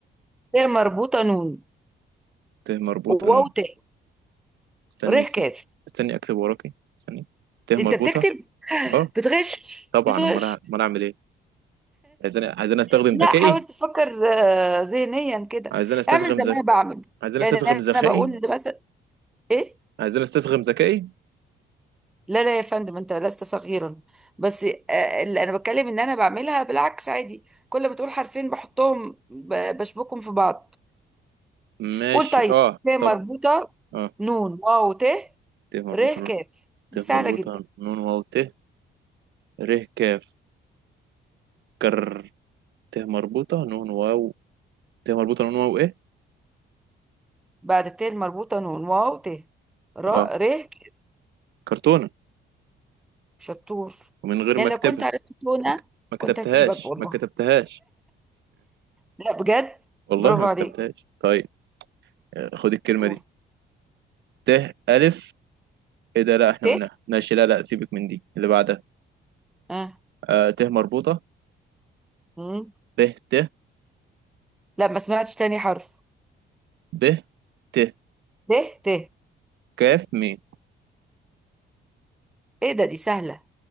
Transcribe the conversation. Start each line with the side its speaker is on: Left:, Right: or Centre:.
Centre: ت مربوطة نون
Right: ت مربوطة
Centre: واو
Right: نون
Centre: تاء
Right: استني
Centre: ر
Right: س-
Centre: كاف
Right: استني أكتب وراكي استني ت مربوطة
Centre: انت بتكتب
Right: أه
Centre: بتغش
Right: طبعا
Centre: بتغش
Right: أمال أع- أمال أعمل إيه عايزين عايزين أستخدم
Centre: لا
Right: ذكائي
Centre: حاول تفكر آه، ذهنيا كده
Right: عايزين أستسغم
Centre: اعمل زي
Right: ذكائي
Centre: ما انا بعمل
Right: عايزين
Centre: يعني
Right: أستسغم
Centre: انا
Right: ذكائي
Centre: بقول مثلا ايه
Right: عايزين أستسغم ذكائي
Centre: لا لا يا فندم انت لست صغيرا بس آه، اللي انا بتكلم ان انا بعملها بالعكس عادي كل ما تقول حرفين بحطهم ب- بشبكهم في بعض
Right: ماشي
Centre: قول طيب
Right: أه
Centre: ف مربوطة
Right: طب أه
Centre: نون واو ت
Right: ت مربوطة
Centre: ر كاف
Right: نون ت
Centre: دي سهلة
Right: مربوطة
Centre: جدا
Right: نون واو ت ر كاف كر ت مربوطة نون واو ت مربوطة نون واو إيه
Centre: بعد الت المربوطة نون واو ت را
Right: أه
Centre: ر كاف
Right: كرتونة
Centre: شطور
Right: ومن غير
Centre: يعني
Right: ما أكتبها
Centre: لو كنت عرفت تونة
Right: ما ك- ما كتبتهاش
Centre: كنت هسيبك والله
Right: ما كتبتهاش
Centre: لا بجد
Right: والله
Centre: برافو
Right: ما
Centre: عليك
Right: كتبتهاش طيب آه، خد الكلمة
Centre: قول
Right: دي ت ألف ايه ده لا احنا
Centre: ت
Right: قلناها ماشي لا لا سيبك من دي اللي بعدها
Centre: آه.
Right: آه ت مربوطة
Centre: مم.
Right: ب ت
Centre: لا ما سمعتش تاني حرف
Right: ب ت
Centre: ب ت
Right: كاف ميم
Centre: ايه ده دي سهلة